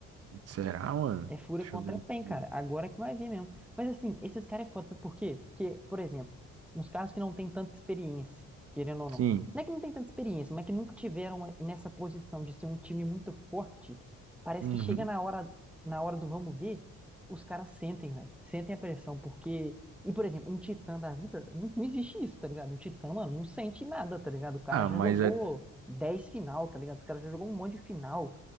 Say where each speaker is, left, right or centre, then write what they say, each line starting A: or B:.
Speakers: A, on the right (about 50°); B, in the centre.
A: Será, mano?
B: É fura
A: Deixa
B: contra
A: eu ver
B: PEN,
A: aqui.
B: cara. Agora que vai ver mesmo. Mas assim, esses caras é foda, sabe por quê? Porque, por exemplo, uns caras que não têm tanta experiência, querendo ou não.
A: Sim.
B: Não é que não tem tanta experiência, mas que nunca tiveram nessa posição de ser um time muito forte. Parece
A: Uhum.
B: que chega na hora, na hora do vamos ver, os caras sentem, velho. Sentem a pressão, porque. E, por exemplo, um titã da vida, não, não existe isso, tá ligado? O titã, mano, não sente nada, tá ligado? O cara
A: Ah,
B: já
A: mas
B: jogou
A: é-
B: 10 final, tá ligado? O cara já jogou um monte de final